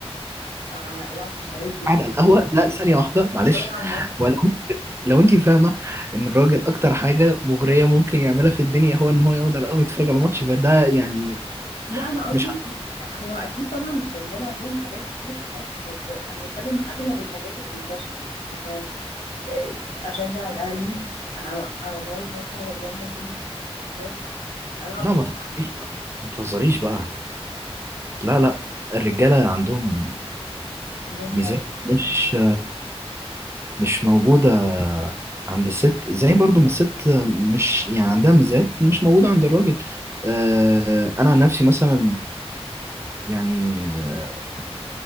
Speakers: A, on the left; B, on the right.
A: أ- العب مش عارف ايه
B: قاعد على القهوة لا ثانية واحدة معلش
A: اتفرج على الماتش
B: ولو لو انت فاهمة ان الراجل اكتر حاجة مغرية ممكن يعملها في الدنيا هو ان هو يقعد على القهوة يتفرج على ماتش فده يعني
A: لا انا قصدي
B: مش ع-
A: دي- هو اكيد طبعا الرجال عندهم حاجات كتير في حياتهم بس انا بتكلم اغلب الحاجات المنتشره يعني مثلا إيه، اشجع الاهلي او أو اموت نفسي على ريال مدريد مش عارف العب
B: لا
A: دومنة
B: ما تهزريش بقى ما تهزريش بقى لا لا الرجالة عندهم
A: عندهم
B: ميزات
A: حياه
B: مش مش موجودة عند الست زي برضو ما الست مش يعني عندها ميزات مش موجودة عند الراجل آه، أنا عن نفسي مثلا يعني آه،